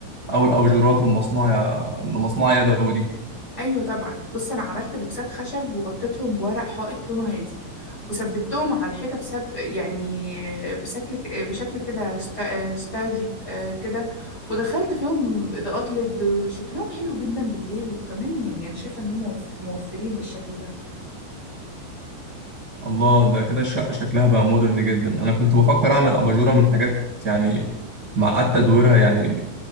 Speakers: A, on the right; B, on the left.
A: او الابجورات المصنوعة المصنوعة يدوي دي
B: ايوه طبعا بص انا عملت بوكسات خشب وغطيتهم بورق حائط لونه هادي وثبتهم على الحيطه بسب يعني بشكل بشكل كده ستا- ستاجد آه، كده ودخلت فيهم اضاءات ليد شكلهم حلو جدا بالليل وكمان يعني انا شايفه انهم موف- موفرين بالشكل ده
A: الله ده كده الشقة شكلها بقى مودرن جدا انا كنت بفكر اعمل اباجورة من حاجات يعني معاد تدويرها يعني